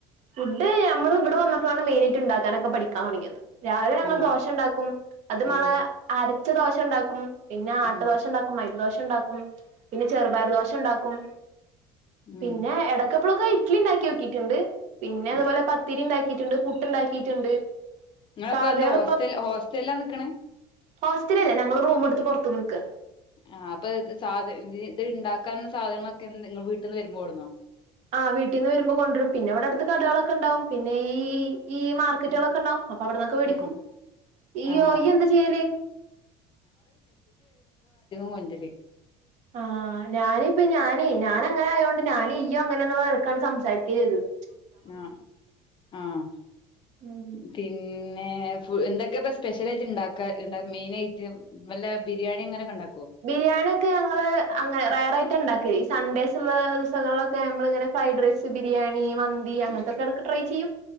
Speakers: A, on the right (about 60°); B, on the left (about 40°).
A: ഫുഡ് നമ്മൾ ഇവിടെ വന്നപ്പോഴാണ് മെയിൻ ആയിട്ട് ഉണ്ടാക്കാനൊക്കെ പഠിക്കാൻ തുടങ്ങിയത് രാവിലെ ഞങ്ങൾ
B: ആഹ്
A: ദോഷ ഉണ്ടാക്കും അത് മളെ
B: ഉം
A: ആര ഉച്ച ദോശ ഉണ്ടാക്കും പിന്നെ ആട്ടദോശ
B: ഉം
A: ഉണ്ടാക്കും മൈ ദോഷ ഉണ്ടാക്കും പിന്നെ ചെറുപർ ദോഷ ഉണ്ടാക്കും
B: ഉം
A: പിന്നെ എടക്കപ്പളൊ കെഴ ഇഡ്ഡ്ലി ഉണ്ടാക്കി നോക്കിയിട്ടുണ്ട്. പിന്നെ
B: ഉം
A: അതുപോലെ പത്തിരി ഉണ്ടായി ണ്ട് പുട്ടുണ്ടാക്കിയിട്ടുണ്ട്
B: നിങ്ങള
A: കറികൾ
B: ഇപ്പോൊ എന്താ ഹോസ്റ്റൽ ഹോസ്റ്റലല്ലാ നിക്കണേ
A: ഹോസ്റ്റല അല്ലേ ഞങ്ങള് റൂം എടുത്ത് പുറത്തു നിക്ക്
B: ആഹ് അപ്പൊ സാധ ഇത് ഇണ്ടാക്കാനുള്ള സാധനങ്ങളൊക്കെ നിങ്ങ വീട്ടിൽ നിന്ന് വരുമ്പോടുന്നോ
A: ആഹ് വീട്ടീന്ന് വരുമ്പൊ കൊണ്ടൊരും പിന്നെ ഇവിടെ അടുത്ത് കടകളൊക്കെ ഇണ്ടാവും പിന്നെ ഈ ഈ മാർക്കറ്റുളൊക്കെ
B: ഉം
A: ഇണ്ടാവും അപ്പൊ അവിടന്നൊക്കെ വേടിക്കും
B: ഉം
A: ഈ
B: ആഹ്
A: ഓയ് എന്താ ചെയ്യല്
B: കൊണ്ടിരി
A: ആഹ് ഞാന് ഇപ്പ ഞാനേ ഞാനങ്ങനായോണ്ട് ഞാന് ഈയുങ്ങനേനുള്ള നിലക്കാണ് സംസാരിക്കേംചെയ്തത്
B: ആഹ് ആഹ്
A: ഉം
B: പി- ഏഹ് ഫു എന്തൊക്കെപ്പ സ്പെഷ്യലായിട്ട് ഇണ്ടാക്ക മെയിൻഐട്ട് വല്ല ബിരിയാണി അങ്ങനൊക്കെ ഇണ്ടാ-
A: ബിരിയാണിക്കെ ഞങ്ങള് അങ്ങ റെയറായി ട്ടിണ്ടാക്ക് ഈ സൺഡേയ്സ്ള്ള ദിസങ്ങളിലൊക്കെ നമ്മളിങ്ങന ഫ്രൈഡ് റൈസ് ബിരിയാണി മന്തി അങ്ങനത്തൊക്കെ
B: ഉം
A: എടക്ക് ട്രൈ ചെയ്യും